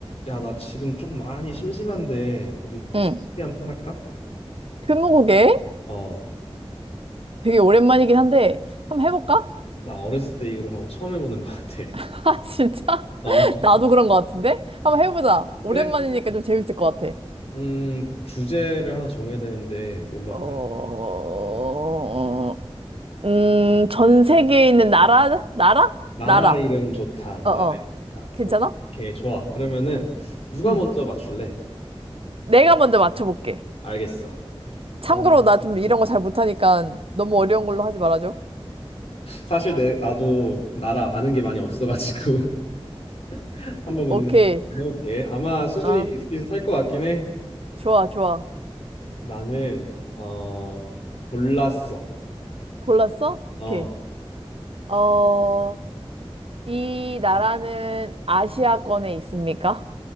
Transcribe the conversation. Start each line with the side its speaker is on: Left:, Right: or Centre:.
Left: 야, 나 지금 좀 많이 심심한데 우리
Right: 응.
Left: 스무고개 한판 할까?
Right: 스무고개?
Left: 어,
Right: 되게 오랜만이긴 한데, 한번 해볼까?
Left: 나 어렸을 때 이후로 하고 처음 해보는 것 같아. <laughs>
Right: <laughs> 아, 진짜?
Left: 어,
Right: <laughs> 나도 그런 것 같은데? 한번 해보자. 오랜만이니까
Left: 그래.
Right: 좀 재밌을 것 같아.
Left: 음, 주제를 하나 정해야 되는데 뭘로
Right: 어,
Left: 할까?
Right: 음, 전 세계에 있는 나라? 나라?
Left: 나라
Right: 나라.
Left: 이름 좋다.
Right: 어어.
Left: 나라 이름 좋다.
Right: 괜찮아?
Left: 오케이, 좋아. 그러면은 누가
Right: 응.
Left: 먼저 맞출래?
Right: 내가 먼저 맞춰볼게.
Left: 알겠어.
Right: 참고로
Left: 어,
Right: 나 좀 이런 거 잘 못하니까 너무 어려운 걸로 하지 말아줘.
Left: 사실 내 나도 나라 아는 게 많이 없어가지고 <laughs> 한번 근데
Right: 오케이.
Left: 해볼게. 아마 수준이
Right: 어,
Left: 비슷비슷할 것 같긴 해.
Right: 좋아, 좋아.
Left: 나는 어 골랐어.
Right: 골랐어?
Left: 어.
Right: 오케이. 어, 이 나라는 아시아권에 있습니까?